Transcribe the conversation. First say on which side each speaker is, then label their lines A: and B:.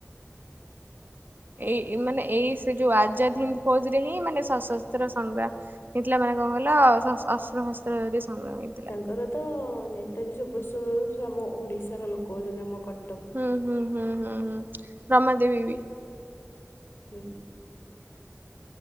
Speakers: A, on the left (about 60°); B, on the right (about 50°).
A: ଛି
B: ଏଇ ମାନେ ଏଇ ସେ ଯୋଉ ଆଜାଦ ହିନ୍ଦ ଫୌଜ ରେ ହିଁ ମାନେ ସଶସ୍ତ୍ର ସଂଗ୍ରାମ ହେଇଥିଲା କଣ କଲ୍ ମାନେ କଣ ଗଲା ଅସ୍ତ୍ର ଶସ୍ତ୍ର ଧରି ସଂଗ୍ରାମୀ
A: ତାଙ୍କର ତ ନେତାଜୀ ସୁଭାଷ ଚନ୍ଦ୍ର ବୋଷ ଆମ ଓଡିଶାର ଲୋକ ହେଉଛନ୍ତି ଆମ କଟକ
B: ହୁଁ ହୁଁ ହୁଁ ହୁଁ ହୁଁ ରମା ଦେବୀ ବି।
A: ହୁଁ।